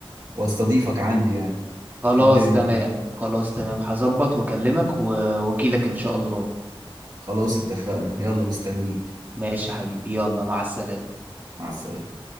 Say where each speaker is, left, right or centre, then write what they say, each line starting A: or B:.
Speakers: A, on the right (about 45°); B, on the right (about 20°).
A: واستضيفك عندي يعني
B: خلاص
A: إيه الدنيا
B: تمام
A: معاك
B: خلاص تمام هظبط واكلمك و- واجيلك ان شاء الله
A: خلاص اتفقنا يلا مستنيك
B: ماشي يا حبيبي يلا مع السلامة
A: مع السلامة